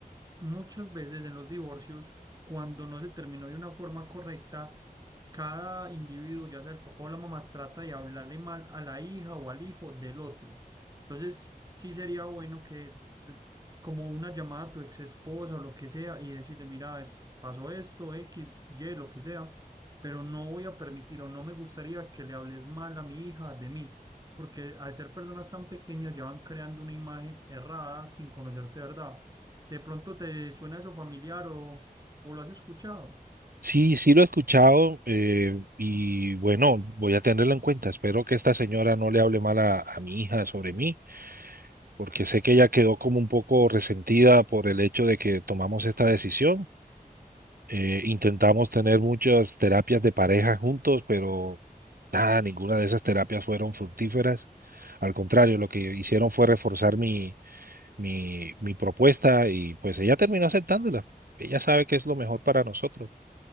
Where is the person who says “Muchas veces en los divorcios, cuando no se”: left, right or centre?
Right